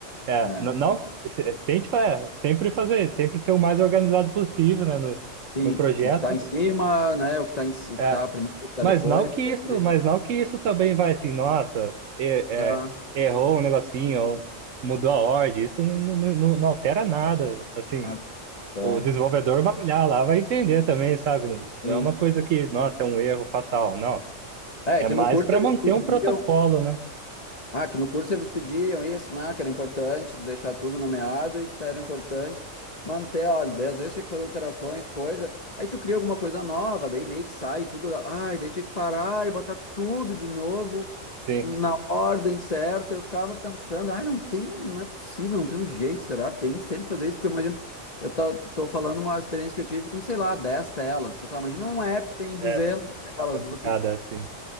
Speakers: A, on the right (about 70°); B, on the left (about 35°).
A: É,
B: né?
A: n- não, se- tente fa- é, sempre fazer, sempre ser o mais organizado possível, né, no,
B: Sim.
A: no projeto.
B: O que tá em cima, né? O que tá em, ci- o
A: É,
B: que tá primeiro, o que tá
A: mas
B: depois,
A: não que isso,
B: sempre.
A: mas não que isso também vai assim, nossa, é,
B: Ah,
A: é, errou um negocinho, ou mudou a ordem, isso não, não, não- não altera nada, assim.
B: ah, tá.
A: O desenvolvedor vai olhar lá, vai entender também, sabe? Não,
B: Sim.
A: não é uma coisa que, nossa, é um erro fatal, não.
B: É,
A: É
B: que
A: mais
B: no curso
A: para
B: eles
A: manter
B: pediam
A: um protocolo, né?
B: Ah, que no curso eles pediam isso, né? Que era importante deixar tudo nomeado e que tá, era importante manter a ordem. Daí às vezes tinha que fazer alterações, coisa. Aí tu cria alguma coisa nova, daí meio que sai tudo. da- Ai, daí tinha que parar e botar tudo de novo
A: Sim,
B: em- na ordem certa. Eu ficava pensando, ai, não tem, não é possível, não tem um jeito, será? Tem que sempre fazer isso, porque eu imagino. Eu tô, tô falando uma experiência que eu tive com, sei lá, 10 telas. Eu pensava, imagina um app que tem duzentas
A: é
B: telas,
A: complicado,
B: eu vou ter, que-"
A: assim.